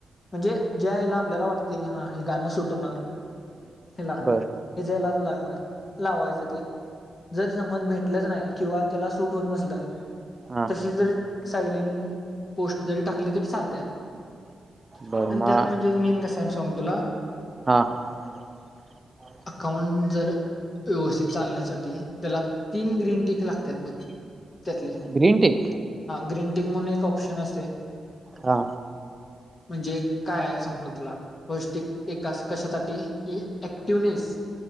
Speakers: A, on the left; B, on the right.
A: म्हणजे ज्या यायला, आपल्याला वाटतय हा हे गाणं सुटणार हीला
B: बर
A: इजला ला, ला लावायच ते जर समज भेटलंच नाही, किंवा त्याला सूट होत नसल
B: हा
A: तशी जर सायलेंट पोस्ट, जरी टाकली तरी चालत्या आणि
B: बर मग
A: त्यात म्हणजे, एक मेन कसय सांगू तुला
B: <inaudible>
A: अकाउंट जर व्यवस्थित चालण्यासाठी, त्याला तीन ग्रीन टीक लागतात बघ त्यातले
B: ग्रीन टिक
A: ग्रीनटिंक म्हणून एक ऑप्शन असते
B: हा!
A: म्हणजे काय आहे, सांगतो तुला फस्ट स्टिक एकास कशासाठी की ऍक्टिवनेस,